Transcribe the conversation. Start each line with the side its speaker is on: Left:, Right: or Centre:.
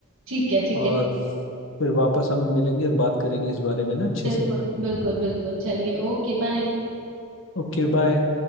Right: ठीक है ठीक
Left: और
Right: है ठीक
Left: फिर वापस हम मिलेंगे और बात करेंगे इस बारे में ना अच्छे
Right: बिल्कुल
Left: से
Right: बिल्कुल बिल्कुल चलिए ओके बाय
Left: Okay bye